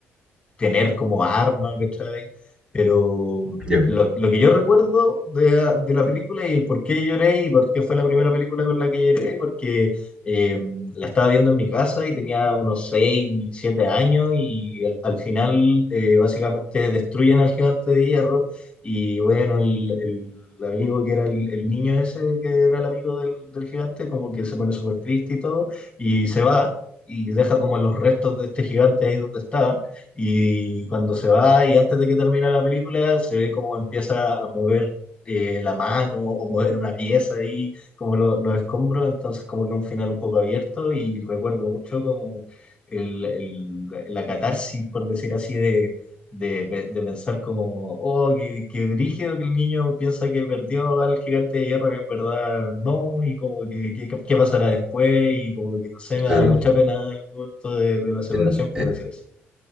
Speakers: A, on the left (about 25°); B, on the right (about 20°).
A: tener como arma, ¿cachai? Pero
B: Ya,
A: lo, lo que yo recuerdo de, ah, de la película y el por qué lloré y por qué fue la primera película con la que lloré, porque eh, la estaba viendo en mi casa y tenía unos 6 7 años y al, al final eh, básicamente destruyen al gigante de hierro y bueno, el, el amigo que era el, el niño ese, que era el amigo del, del gigante, como que se pone súper triste y todo y se va y deja como los restos de este gigante ahí donde estaba. Y cuando se va y antes de que termine la película, se ve como empieza a mover eh, la mano o mover una pieza ahí, como lo- los escombros, entonces como que un final un poco abierto y recuerdo mucho como el, el- la catarsis, por decir así, de, de, pe- de pensar como, oh, qué, qué brígido que el niño piensa que perdió al gigante de hierro, que en verdad no, y como que qué qué- qué pasará después, y como que no sé, me
B: claro.
A: da mucha pena el momento de, de la separación,
B: En,
A: por
B: eh,
A: decir así.